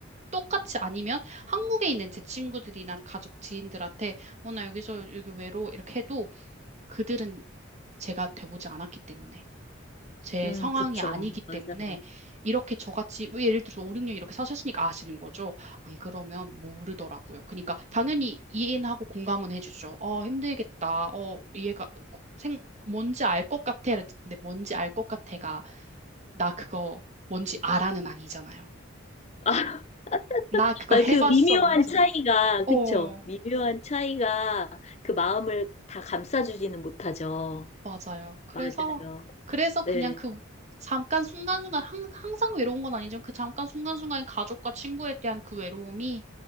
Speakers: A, on the right (about 35°); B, on the left (about 30°).
A: 똑같이 아니면 한국에 있는 제 친구들이나 가족 지인들한테, 어, 나 여기서 여기 외로워. 이렇게 해도 그들은 제가 돼보지 않았기 때문에. 제
B: 음,
A: 상황이
B: 그쵸.
A: 아니기 때문에
B: 맞아요.
A: 이렇게 저같이 왜 예를 들어서 5, 6년 이렇게 사셨으니까 아시는 거죠. 안 그러면 모르더라고요. 그러니까 당연히 이해는 하고 공감은 해주죠. 어, 힘들겠다. 어, 이해가 생 뭔지 알 것 같아. 근데 뭔지 알 것 같아가 나 그거 뭔지 알아는 아니잖아요.
B: 아,
A: 나 그거
B: 아니,
A: 해봤어
B: 그 미묘한
A: 아니잖아.
B: 차이가,
A: 어.
B: 그쵸. 미묘한 차이가 그 마음을 다 감싸주지는 못하죠.
A: 맞아요. 그래서,
B: 맞아요.
A: 그래서 그냥
B: 네.
A: 그 잠깐 순간순간, 항, 항상 외로운 건 아니지만 그 잠깐 순간순간 가족과 친구에 대한 그 외로움이